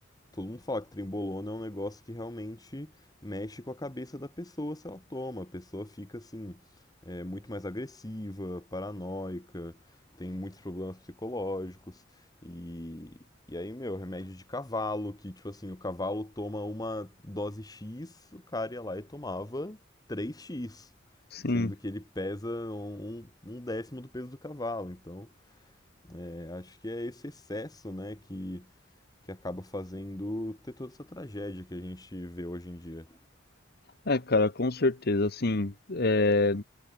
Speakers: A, on the left (about 20°); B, on the left (about 55°).
A: Todo mundo fala que trembolona é um negócio que realmente mexe com a cabeça da pessoa se ela toma. A pessoa fica assim, é, muito mais agressiva, paranoica, tem muitos problemas psicológicos. E, e aí, meu, remédio de cavalo, que tipo assim, o cavalo toma uma dose X, o cara ia lá e tomava três x
B: Sim.
A: Sendo que ele pesa um, um um décimo do peso do cavalo. Então, é, acho que é esse excesso, né, que que acaba fazendo ter toda essa tragédia que a gente vê hoje em dia.
B: É, cara, com certeza. Assim, é,